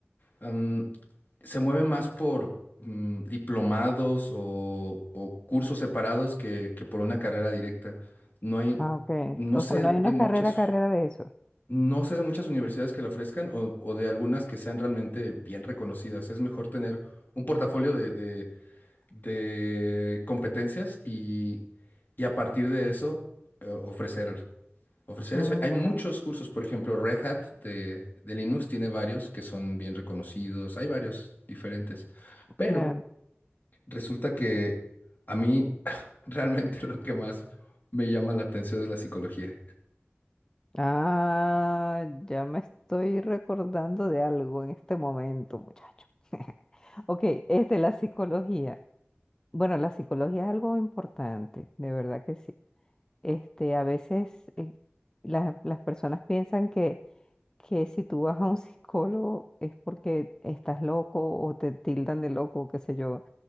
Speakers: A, on the left (about 45°); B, on the left (about 20°).
A: am, se mueve más por mm, diplomados o, o cursos separados que, que por una carrera directa. No hay,
B: Ah, ok.
A: no
B: O
A: sé
B: sea, no hay
A: de
B: una
A: muchas,
B: carrera, carrera de eso.
A: no sé de muchas universidades que la ofrezcan o, o de algunas que sean realmente bien reconocidas. Es mejor tener un portafolio de, de- de competencias y, y a partir de eso eh, ofrecer ofrecer
B: Mm,
A: eso. Hay muchos
B: ya,
A: cursos, por ejemplo, Red Hat de, de Linux tiene varios que son bien reconocidos, hay varios diferentes, pero
B: claro.
A: resulta que a mí realmente <laughs> lo que más me llama la atención es la psicología.
B: Ah, ya me estoy recordando de algo en este momento, muchacho. <laughs> Ok, este, la psicología. Bueno, la psicología es algo importante, de verdad que sí. Este, a veces eh, la- las personas piensan que, que si tú vas a un psicólogo es porque estás loco o te tildan de loco, qué sé yo.